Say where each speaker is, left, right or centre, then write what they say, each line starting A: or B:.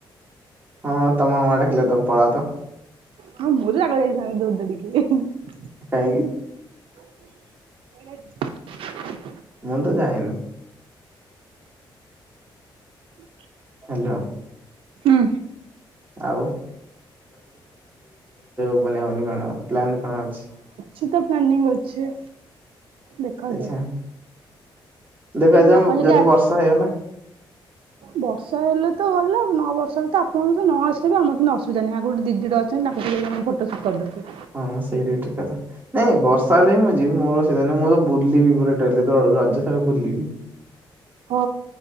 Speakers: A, on the right; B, on the right.
A: ହଁ ତମ ମାମା ଡାକିଲେ ତମେ ପଳାଅତ
B: ହଁ ମୁଁ ତ ଆଗ ଯାଇଥାନ୍ତି ଦୌଡ଼ି ଦୌଡ଼ିକି
A: କାହଁକି?
B: <inaudible>
A: ମୁଁ ତ ଯାଏନି।
B: ହୁଁ।
A: ହାଲୋ।
B: ହୁଁ।
A: ଆଉ <unintelligible> ତା ମାନେ କଣ। ପ୍ଲାନ କଣ ଅଛି।
B: ସେ ତ ପ୍ଲାନିଙ୍ଗ ଅଛି। ଦେଖାଯାଉ
A: ଆଚ୍ଛା ଦେଖା ଯାଉ
B: ଆପଣ
A: ଯଦି
B: ଆସ
A: ବର୍ଷା ହେଇଗଲା।
B: ବର୍ଷା ହେଲେ ତ ଗଲା ନ ବର୍ଷା ହେଲେ ତ ଆପଣ ଯଦି ନ ଆସିଲେ ବି ଆମର କିଛି ଅସୁବିଧା ନାହିଁ ଆଗ ଗୋଟେ ଦିଦିଟେ ଅଛନ୍ତି ତାଙ୍କୁ କହିଲେ ସେ ଫଟୋ ସୁଟ୍ କରିଦେବେ।
A: ହଁ ସେଇଟା ବି ଠିକ କଥା ନାଇଁ ବର୍ଷା ହେଲେ ହଁ ମୁଁ ଯିବି ମୋର ଅସୁବିଧା ନାହିଁ ମୋର ବୁଲିବି ପୁରା ଡେଲି ତ ରଜ ସାରା ବୁଲିବି।
B: ହଉ